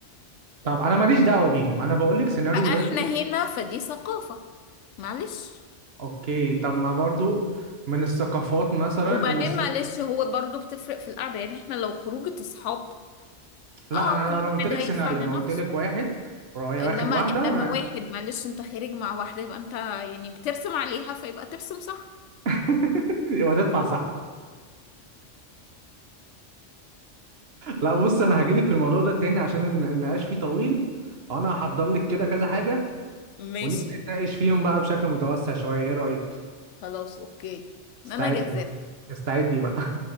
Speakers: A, on the right; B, on the left.
A: طب انا ماليش دعوة بيهم انا بقول لك سيناريو
B: فاحنا
A: دلوقتي
B: هنا فدي ثقافة معلش
A: اوكي طب ما برضو من الثقافات مثلا
B: وبعدين
A: ان الست
B: معلش هو برضو بتفرق في القعدة يعني احنا لو خروجة اصحاب
A: لا
B: اه
A: انا
B: كل
A: انا
B: واحد
A: قلت لك
B: هيدفع
A: سيناريو
B: لنفسه
A: انا قلت لك واحد ورا-
B: انما
A: واخد واحده
B: انما
A: ورايح
B: واحد معلش انت خارج مع واحدة يبقى انت يعني بترسم عليها فيبقى ترسم صح
A: <laughs> وهتدفع صح لا بص انا هجيلك في الموضوع ده تاني عشان الن- النقاش فيه طويل وانا هحضر لك كده كذا حاجه
B: ماشي
A: ونبدا نتناقش فيهم بقى بشكل متوسع شويه ايه رايك
B: خلاص اوكي
A: استعدي
B: انا جاهزة
A: استعدي بقى